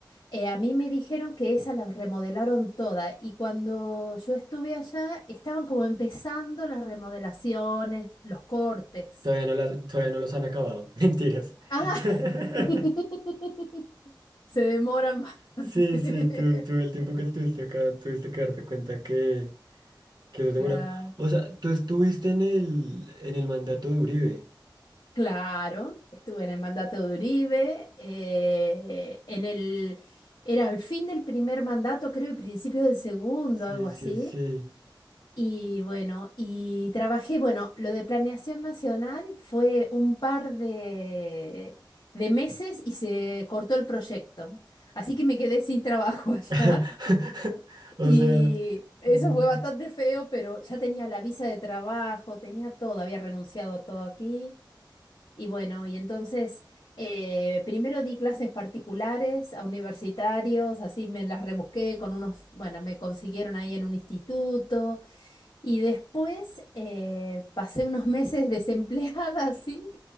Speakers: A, on the left; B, on the right.
A: Eh, a mí me dijeron que esa la remodelaron toda y cuando yo estuve allá estaban como empezando las remodelaciones, los cortes.
B: Todavía no las, todavía no los han acabado. <laughs> Mentiras.
A: Ah,
B: <laughs>
A: <laughs> se demoran bastante.
B: Sí, sí, tú, tú el
A: <laughs>
B: tiempo que estuviste acá, tuviste que darte cuenta que, que eso
A: Claro.
B: demora. O sea, tú estuviste en el, en el mandato de Uribe.
A: Claro, estuve en el mandato de Uribe, eh, en el, era el fin del primer mandato, creo, y principio del segundo,
B: Sí,
A: algo así.
B: sí, sí.
A: Y bueno, y trabajé, bueno, lo de planeación nacional fue un par de, de meses y se cortó el proyecto. Así que me quedé sin trabajo <laughs>
B: <laughs>
A: allá
B: O
A: y
B: sea,
A: eso
B: no.
A: fue bastante feo, pero ya tenía la visa de trabajo, tenía todo, había renunciado a todo aquí. Y bueno, y entonces eh, primero di clases particulares a universitarios, así me las rebusqué con unos, bueno, me consiguieron ahí en un instituto. Y después eh, pasé unos meses desempleada, <laughs> así